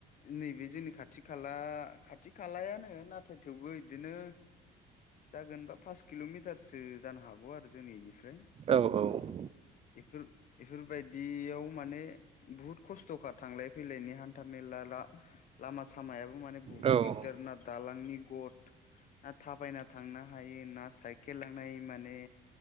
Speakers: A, on the left (about 50°); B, on the right (about 35°).
A: नैबे जोंनि खाथि खाला खाथि खालायानो नाथाय थेवबो बिदिनो जागोनबा पास किल'मिटारसो जानो हागौ आरो जोंनि बेनिफ्राय।
B: औ औ।
A: एप्रिल बेफोरबायदियाव माने बहुत खस्थ'खा थांलाय फैलायनि हान्था मेला ला लामा सामायाबो माने बुहुत
B: औ
A: दिगदार ना। दालांनि गद ना थाबायना थांनो हायो ना साइकेल लांनाय माने